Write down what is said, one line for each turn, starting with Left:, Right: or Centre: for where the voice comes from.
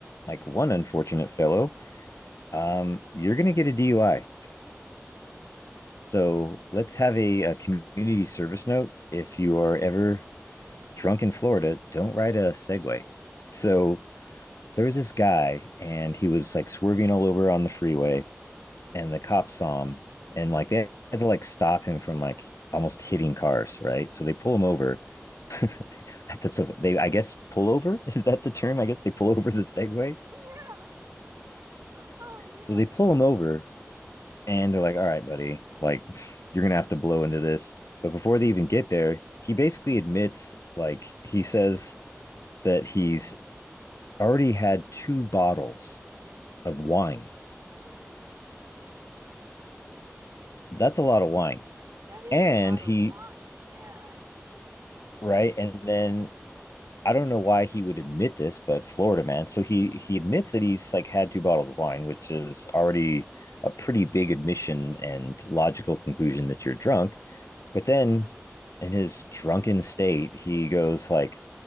Left: like one unfortunate fellow, um, you're gonna get a DUI. So let's have a, a community service note if you are ever drunk in Florida, don't ride a Segway. So there was this guy and he was like swerving all over on the freeway and the cops saw him and like they had to like stop him from like almost hitting cars, right? So they pull him over. <laughs> That's so they I guess pull over <laughs> is that the term? I guess they pull over the Segway.
Right: Yeah. <gasps> Oh, yeah.
Left: So they pull him over and they're like, "All right, buddy, like you're gonna have to blow into this." But before they even get there, he basically admits, like he says that he's already had two bottles of wine.
Right: Mm.
Left: That's a lot of wine.
Right: That is
Left: And
Right: a lot
Left: he,
Right: of wine. Yeah.
Left: right? And then I don't know why he would admit this, but Florida man. So he he admits that he's like had two bottles of wine, which is already a pretty big admission and logical conclusion that you're drunk. But then in his drunken state, he goes like,